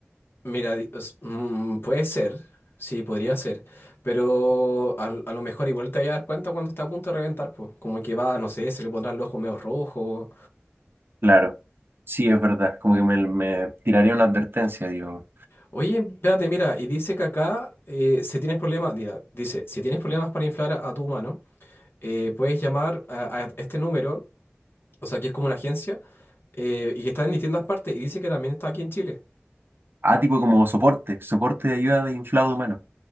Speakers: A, on the left; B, on the right.
A: Mira, di- s- mm, puede ser. Sí, podría ser. Pero a, a lo mejor igual te vas a dar cuenta cuando está a punto de reventar, pues. Como que va, no sé, se le pondrán los ojos medio rojos.
B: Claro, sí, es verdad. Como que me, me tiraría una advertencia, digo.
A: Oye, espérate, mira, y dice que acá, eh, si tienes problemas, mira, dice, si tienes problemas para inflar a, a tu humano, eh, puedes llamar a, a este número, o sea, que es como una agencia, eh, y que está en distintas partes, y dice que también está aquí en Chile.
B: Ah, tipo como soporte, soporte de ayuda de inflado humano,